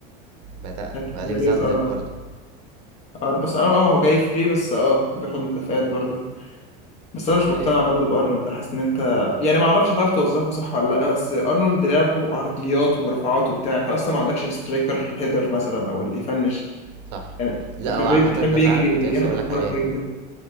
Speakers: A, on the right; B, on the left.
A: بدأنا
B: محتاج
A: والكساندر
B: بيريز اه
A: برضه
B: اه بس انا اه هو جاي فري بس اه بياخد مكافآت برضه بس انا مش مقتنع
A: ايوه
B: برضه بارنولد حاسس ان انت يعني ما اعرفش هتعرف توظفه صح ولا لا بس ارنولد لعبه عرضيات ورفعات وبتاع انت اصلا ما عندكش السترايكر الهيدر مثلا او اللي يفنش
A: صح
B: يعني
A: لا
B: امبابي
A: هو عامة
B: بيحب
A: ده
B: يجري
A: فعلا كنت
B: وياخد
A: لسه اقولك
B: الكرة
A: عليه
B: في رجله